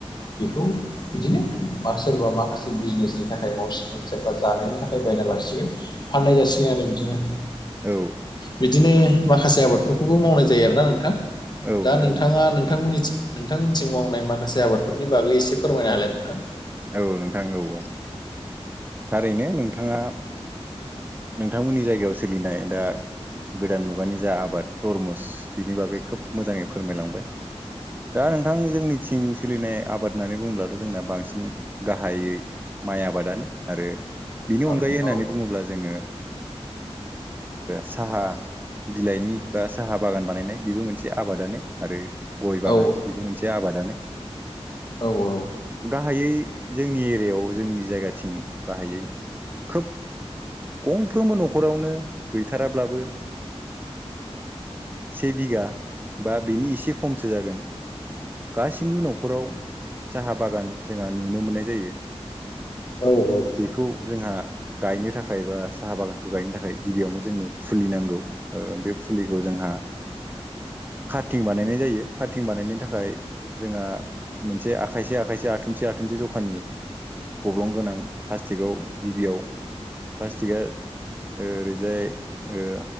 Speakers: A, on the left (about 40°); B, on the right (about 20°).
A: बेखौ बिदिनो बा सोरबा माखासे बिजनेसनि थाखाय मावसिनो सोरबा जानायनि थाखाय बायना लासिगोन फाननाय जासिगोन आरो बिदिनो
B: औ
A: बिदिनो माखासे आबादफोरखौबो मावनाय जायो आरोना न नोंथां
B: नोंथां
A: दा नोंथाङा
B: औ
A: नोंथांमोननिथिं नोंथांमोनथिं मावनाय माखासे आबादफोरनि बागै एसे फोरमायना होलाय नोंथां।
B: औ नोंथां औ औ थारैनो नोंथाङा नोंथांमोननि जायगायाव सोलिनाय दा गोदान मुगानि जा आबाद तरमुस बिनि बागै खोब मोजाङै फोरमायलांबाय दा नोंथां जोंनिथिं सोलिनाय आबाद होननानै बुङ्लाथ' जोंना बांसिन गाहायै माइ आबादानो आरो बिनि
A: औ
B: अनगायै होननानै
A: औ
B: बुङोब्ला। जोङो साहा बिलाइनि बा साहा बागान बानायनाय बेबो मोनसे आबादानो आरो गय
A: औ
B: बागान बेबो मोनसे आबादानो
A: औ औ
B: गाहायै जोंनि एरियायाव जोंनि जायगाथिं गाहायै खोब गंफ्रोमबो न'खरावनो गैथाराब्लाबो से बिघा बा बेनि एसे खमसो जागोन। गाससिबो न'खराव साहा बागान जोंहा नुनो मोननाय जायो।
A: औ औ
B: बेखौ जोंहा गायनो थाखाय बा साहा बागानखौ गायनो थाखाय गिबियावनो जोंनो फुलिनांगौ ओ बे फुलिखौ जोंहा कार्टिं बानायनाय जायो कारटिं बानायनो थाखाय जोंहा मोनसे आखायसे आखायसे आथुमसे आथुमसे जखानि गब्लं गोनां प्लास्टिकआव गिबियाव प्लास्टिकआ ओरैजाय ओ